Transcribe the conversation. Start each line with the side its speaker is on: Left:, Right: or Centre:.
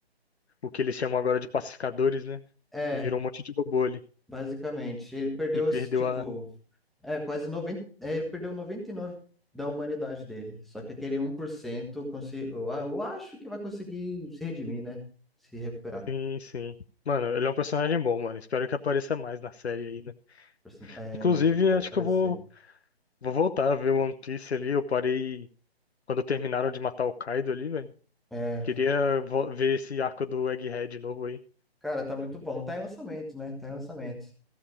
Left: o que eles chamam agora de pacificadores, né?
Centre: é,
Left: E virou um monte de robô ali.
Centre: basicamente. Ele perdeu,
Left: E perdeu
Centre: esse, tipo,
Left: a.
Centre: é, quase noventa. é, ele perdeu 99% da humanidade dele. Só que aquele um 1% consi- eu, a- eu acho que vai conseguir se redimir, né? Se recuperar.
Left: Sim, sim. Mano, ele é um personagem bom, mano. Espero que apareça mais na série aí, né?
Centre: Perso- É,
Left: Inclusive,
Centre: eu- vai
Left: acho
Centre: aparecer.
Left: que eu vou, vou voltar a ver One Piece ali. Eu parei quando terminaram de matar o Kaido ali, velho.
Centre: É,
Left: Queria vo- ver esse arco do Egghead de novo aí.
Centre: cara, tá muito bom. Tá em lançamento, né? Tá em lançamento.